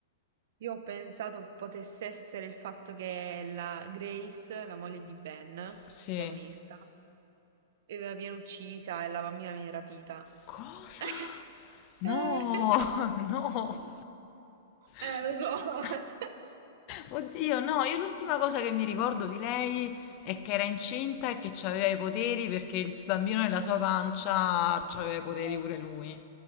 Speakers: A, on the right; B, on the left.
A: Io ho pensato potesse essere il fatto che la Grace, la moglie di Ben,
B: Sì.
A: protagonista, eh, viene uccisa e la bambina viene rapita.
B: Cosa?
A: <laughs>
B: No,
A: Eh,
B: <laughs> no.
A: eh,
B: <laughs>
A: lo so. <laughs>
B: Oddio, no, io l'ultima cosa che mi ricordo di lei è che era incinta e che aveva i poteri perché il bambino nella sua pancia aveva
A: Eh,
B: i poteri
A: Esatto.
B: pure lui.